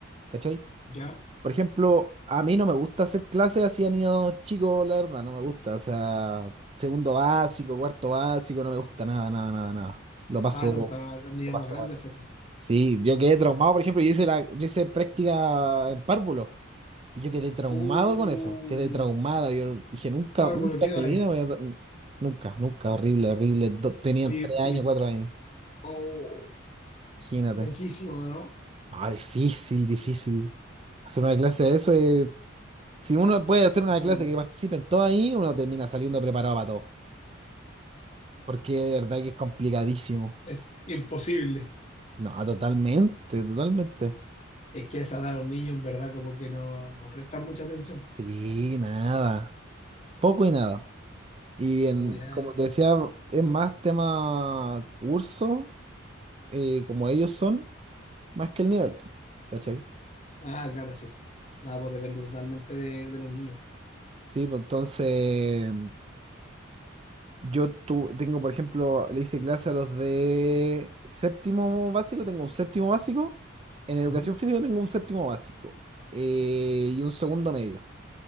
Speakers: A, on the right (about 30°); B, on the left (about 35°).
A: ¿cachai?
B: ¿Ya?
A: Por ejemplo, a mí no me gusta hacer clases así a niños chicos, la verdad, no me gusta. O sea, segundo básico, cuarto básico, no me gusta nada, nada, nada, nada. Lo paso,
B: Ah, te gustaba a los niños
A: lo paso
B: más grandes
A: mal.
B: hacerle.
A: Sí, yo quedé traumado, por ejemplo, yo hice la, yo hice práctica en párvulo y yo quedé traumado
B: Uh,
A: con eso, quedé traumado. Yo dije, nunca,
B: Álvaro,
A: nunca
B: ¿qué
A: en
B: edad
A: mi vida
B: es?
A: voy a, nunca, nunca, horrible, horrible. Do- tenían
B: Oye,
A: tres años,
B: y-
A: cuatro años,
B: oh,
A: imagínate.
B: loquísimo, ¿no?
A: Ah, difícil, difícil. Hacer una clase de eso, eh, si uno puede
B: Imposible.
A: hacer una clase que participen todos ahí, uno termina saliendo preparado para todo, porque de verdad que es complicadísimo.
B: Es imposible.
A: No, totalmente, totalmente.
B: Es que a esa edad los niños en verdad como que no, no prestan mucha atención. pues.
A: Sí, nada, poco y nada. Y en,
B: Uy, nada.
A: como te decía, es más tema curso, eh, como ellos son, más que el nivel, po, ¿cachai?
B: Ah, claro, sí. Nada, pues depende totalmente de, de los niños.
A: Sí, pues entonces yo tu, tengo, por ejemplo, le hice clase a los de séptimo básico, tengo un séptimo básico, en educación
B: Ujú,
A: física tengo un séptimo básico eh, y un segundo medio.